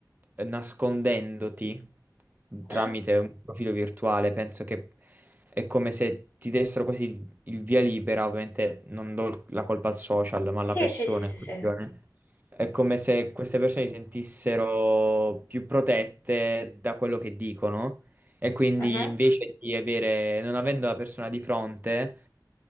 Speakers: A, on the right (about 25°); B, on the left (about 35°).
A: eh, nascondendoti tramite
B: Mm?
A: un profilo virtuale, penso che è come se ti dessero quasi il via libera, ovviamente non do la colpa al social, ma
B: Sì,
A: alla persona
B: sì, sì, sì,
A: in questione.
B: sì.
A: È come se queste persone si sentissero più protette da quello che dicono e quindi
B: Mhm.
A: invece di avere, non avendo la persona di fronte,